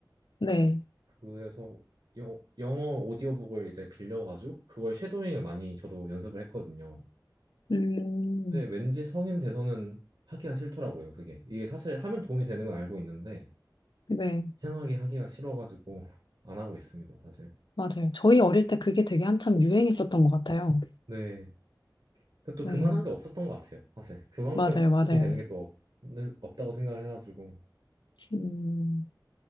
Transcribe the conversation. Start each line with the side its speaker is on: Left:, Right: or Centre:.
Left: 네,
Right: 그래서 영, 영어 오디오북을 이제 빌려가지고 그걸 쉐도잉을 많이 저도 연습을 했거든요.
Left: 음,
Right: 근데 왠지 성인 돼서는 하기가 싫더라고요, 그게. 이게 사실 하면 도움이 되는 건 알고 있는데
Left: 네,
Right: 이상하게 하기가 싫어가지고 <laughs> 안 하고 있습니다, 사실.
Left: 맞아요. 저희 어릴 때 그게 되게 한참 유행했었던 것 같아요.
Right: 네. 근데 또
Left: 네,
Right: 그만한 게 없었던 것 같아요, 사실. 그만큼
Left: 맞아요, 맞아요.
Right: 도움이 되는 게 또 없다고 생각을 해가지고.
Left: 음.